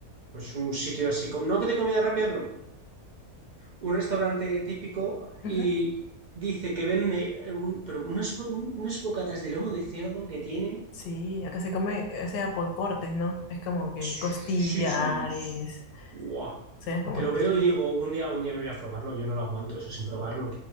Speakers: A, on the right (about 75°); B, on the left (about 80°).
A: pues un sitio así, como, no de comida rápida, pero un restaurante típico
B: Ujú.
A: y dice que vende eh, un- pero unos, bo- un- unos bocatas de lomo de cerdo que tiene.
B: Sí, acá se come, o sea, por cortes, ¿no? Es como que
A: Sí,
B: costillares.
A: sí. Guau.
B: O sea, como
A: que lo
B: especialidad.
A: veo y digo, un día, un día me voy a probarlo, yo no lo aguanto eso sin probarlo.